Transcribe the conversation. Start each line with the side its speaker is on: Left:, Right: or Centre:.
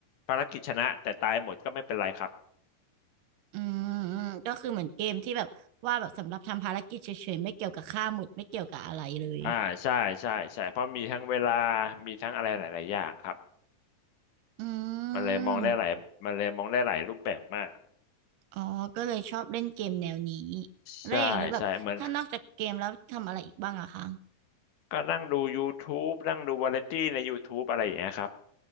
Left: ภารกิจชนะแต่ตายหมดก็ไม่เป็นไรครับ
Right: อืมอืมก็คือเหมือนเกมที่แบบว่าแบบสำหรับทำภารกิจเฉยๆไม่เกี่ยวกับฆ่าหมุดไม่เกี่ยวกับอะไรเลย
Left: อ่าใช่ใช่ใช่ เพราะมีทั้งเวลามีทั้งอะไรหลายๆอย่างครับ
Right: อื
Left: มันเลยมองได้หลายมันเลยมองได้หลายรูปแบบมาก
Right: มอ๋อก็เลยชอบเล่นเกมแนวนี้แล้วอย่างนี้แบบถ้านอกจากเกมแล้วทำอะไรอีกบ้างอะคะ
Left: ใช่ใช่เหมือน ก็นั่งดู YouTube นั่งดูวาไรตี้ใน YouTube อะไรอย่างเงี้ยครับ